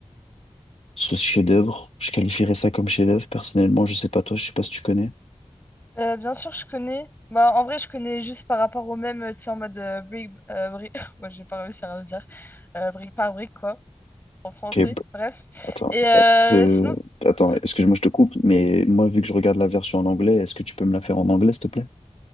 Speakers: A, on the left (about 70°); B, on the left (about 20°).
A: ce chef-d'œuvre. Je qualifierais ça comme chef-d'œuvre. Personnellement, je sais pas toi, je sais pas si tu connais.
B: Euh, bien sûr, je connais. Bah, en vrai, je connais juste par rapport au même, euh, tu sais, en mode euh, brique, euh, bri- <laughs> ouais, j'ai pas réussi à le dire. Euh, brique par brique, quoi, en français,
A: Ok, b-
B: bref.
A: attends,
B: Et euh,
A: euh, euh,
B: sinon,
A: attends,
B: tout...
A: excuse-moi, je te coupe, mais moi, vu que je regarde la version en anglais, est-ce que tu peux me la faire en anglais, s'il te plaît?